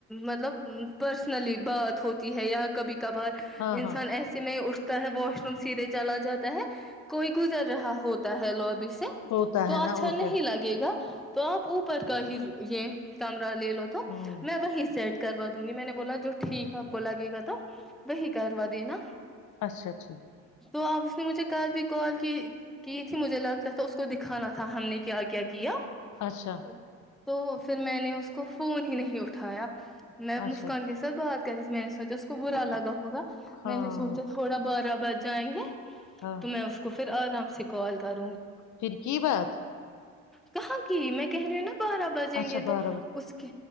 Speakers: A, in the centre; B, on the left.
A: مطلب پرسنلی بات ہوتی ہے یا کبھی کبھار
B: ہاں
A: انسان
B: ہاں
A: ایسے میں اٹھتا واش روم سیدھے چلا جاتا ہے کوئی گزر رہا ہوتا ہے لوبی سے
B: ہوتا
A: تو
B: ہے
A: اچھا
B: نا اور
A: نہیں
B: کیا
A: لگے گا تو آپ اوپر کا ہی یہ کام ل ل تو
B: ہوں
A: سیٹ کروا دوں گی میں نے بولا جو ٹھیک آپ کو لگے گا تو وہی کروا دینا
B: اچھا ٹھیک ہے
A: تو اب اس نے مجھے کل بھی کال کی کی تھی مجھے لگتا تھا اس کو دکھانا تھا ہم نے کیا کیا کی ہے
B: اچھا
A: تو پھر میں نے اس کو فون ہی نہیں اٹھا تھایا میں مسکان
B: اچھا
A: کے ساتھ بات میں نے سوچا اس کو برا لگا ہوگا
B: ہاں
A: میں نے سوچا تھوڑا برا باز جائیں گے
B: ہاں
A: تو میں اس کو پھر آرام سے کال کر
B: پھر کی بات
A: کہاں کی میں کہہ رہی ہوں نا بارہ بجیں
B: اچھا
A: گے
B: بارہ
A: تو
B: بجے
A: اس کے